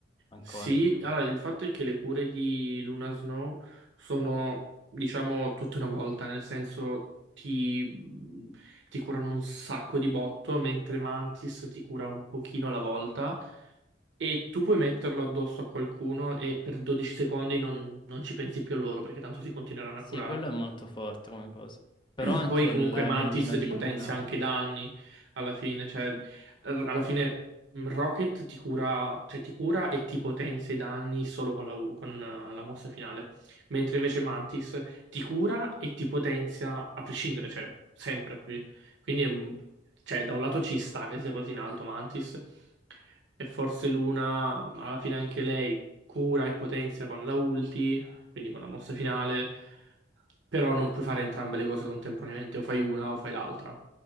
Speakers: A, on the left; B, on the right.
A: ancora
B: Sì,
A: di più.
B: allora il fatto è che le cure di Luna Snow sono, diciamo, tutta una volta, nel senso ti, mhmm, ti curano un sacco di botto, mentre Mantis ti cura un pochino alla volta e tu puoi metterlo addosso a qualcuno e per 12 secondi non, non ci pensi più a loro perché tanto si continueranno
A: Sì,
B: a curare.
A: quello è molto forte come cosa. Però
B: <clears throat>
A: anche
B: Poi comunque
A: l'anellino
B: Mantis
A: di
B: ti potenzia
A: Luna,
B: anche i danni alla fine, cioè r- alla fine mh, Rocket ti cura, cioè ti cura e ti potenzia i danni solo con la, U- con eh, la mossa finale, mentre invece Mantis ti cura e ti potenzia a prescindere, cioè sempre. capi? Quindi è un- cioè, da un lato ci sta che sia così in alto Mantis e forse Luna alla fine anche lei cura e potenzia con la ulti, quindi con la mossa finale però non puoi fare entrambe le cose contemporaneamente, o fai una o fai l'altra.